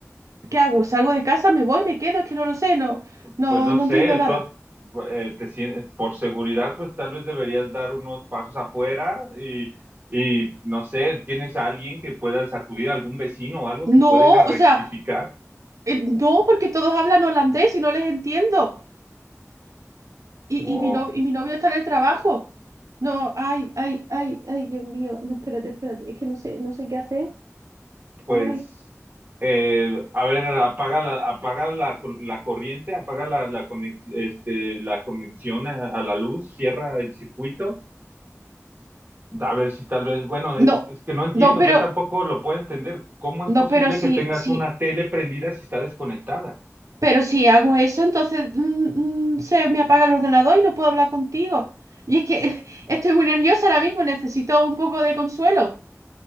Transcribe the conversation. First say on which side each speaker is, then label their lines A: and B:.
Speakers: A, on the right; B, on the right.
A: ¿qué hago? ¿Salgo de casa, me voy, me quedo? Es que no lo sé, no, no,
B: Pues no
A: no
B: sé,
A: entiendo nada.
B: to- eh, te sien- por seguridad, pues tal vez deberías dar unos pasos afuera y, y no sé, tienes a alguien que puedas acudir, algún vecino o algo que pueda
A: No,
B: ir a rectificar.
A: o sea, eh, no, porque todos hablan holandés y no les entiendo, y,
B: O
A: y mi no, y mi novio está en el trabajo. No, ay, ay, ay, ay, Dios mío, no, espérate, espérate, es que no sé, no sé qué hacer.
B: pues,
A: Ay,
B: eh, a ver, apaga la, apaga la, co- la corriente, apaga la, la conex- este, la conexión a a la luz, cierra el circuito A ver si tal vez, bueno, es,
A: No,
B: es que no entiendo,
A: no, pero,
B: yo tampoco lo puedo entender. ¿Cómo es
A: no,
B: posible
A: pero si,
B: que tengas
A: si,
B: una tele prendida si está desconectada?
A: pero si hago eso, entonces mm, mm, se me apaga el ordenador y no puedo hablar contigo. Y es que <laughs> estoy muy nerviosa ahora mismo, necesito un poco de consuelo.